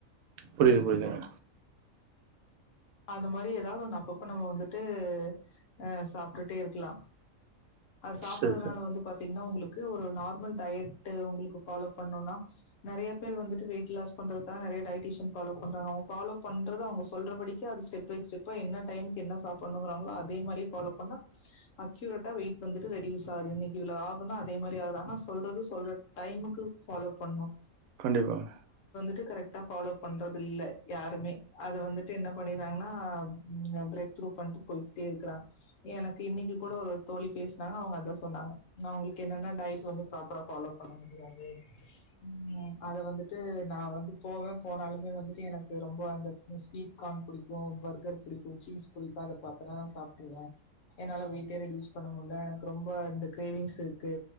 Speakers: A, on the right; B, on the left.
A: புரியுது புரியுதுங்க
B: அந்த மாரி எதாவது ஒன்னு அப்பப்ப நம்ம வந்துட்டு அ சாப்ட்டுட்டே இருக்லா அது சாப்பட்றதுனால
A: செரி செரி
B: வந்து பாத்தீங்ன்னா உங்குளு க்கு ஒரு நார்மல் டையட்டு உங்குளுக்கு ஃபாலோ பண்ணுன்னா நறைய பேரு வந்துட்டு வெயிட் லாஸ் பண்றதுக்காக நறைய டையட்டீஷன் ஃபாலோ பண்றாங்க அவுங்க ஃபாலோ பண்றது அவுங்க சொல்ற படி க்கி அது ஸ்டெப் பை ஸ்டெப்பா என்ன டைம்க்கு என்ன சாப்பண்ணுங்கறாங்ளோ அதே மாரியே ஃபாலோ பண்ணா அக்யூரட்டா வெயிட் வந்துட்டு ரெடியூஸ் ஆகுது இன்னிக்கி இவ்ளோ ஆகுன்னா அதே மாரி ஆகுது ஆனா சொல்றது சொல்ற டைமுக்கு ஃபாலோ பண்ணு
A: கண்டிப்பாங்க
B: ட்டு கரெக்ட்டா ஃபாலோ பண்றதில்ல யாருமே அத வந்துட்டு என்ன பண்ணிறாங்ன்னா ம் பிரேக் த்ரூ பண்ட்டு போயிட்டேருக்றா எனக்கு இன்னிக்கு கூட ஒரு தோழி பேசுனாங்க அவுங்க அத்தா சொன்னாங்க நா உங்ளுக்கு என்னன்ன டயட் வந்து ப்ராப்பரா ஃபாலோ பண்ண முடியாது ம் அத வந்துட்டு நா வந்து போவே போனாலுமே வந்துட்டு எனக்கு ரொம்ப அந்த க்ன் ஸ்வீட் கா புடிக்கு பர்கர் புடிக்கு சீஸ் புடிக்கு அத பாத்தனா நா சாப்ட்ருவே என்னால வெய்ட்டே ரெட்யூஸ் பண்ண முல்ல க்கு ரொம்ப இந்த கிரேவிங்ஸ் இருக்கு